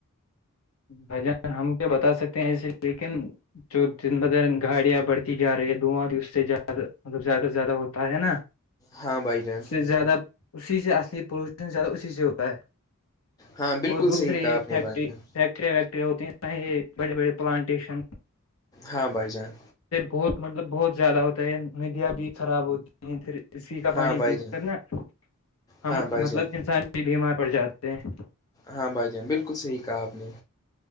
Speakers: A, on the left; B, on the left.
A: بھجن ہم کیا بتا سکتے ہیں اسے لیکن جو دن بدن گاڑیاں بڑھتی جا رہی ہے دھواں بھی اس سے زدہ ملب زیادہ سے زیادہ ہوتا ہے نا
B: ہاں بائی
A: اس
B: جان
A: سے زیادہ اسی سے اصلی پولوشن زیادہ اسی سے ہوتا ہے
B: ہاں بالکل
A: اور دوسریے
B: صحیح کہا
A: یہ
B: آپ نے
A: فیکٹری
B: بھائی جان
A: فیکٹریاں ویکٹرییاں ہوتی ہیں یہ بڑے بڑے پلانٹیشن
B: ہاں بھائی جان
A: بہت مطلب بہت زیادہ ہوتا ہے ندیاں بھی خراب ہوتی ہے پھر اسی کا
B: ہاں
A: پانی
B: بھائی
A: پی
B: جان
A: کرنا ہم
B: ہاں بھائی
A: مطلب
B: جان
A: انسان بھی بیمار پڑ جاتے ہیں
B: ہاں بھائی جان بالکل صحیح کہا آپ نے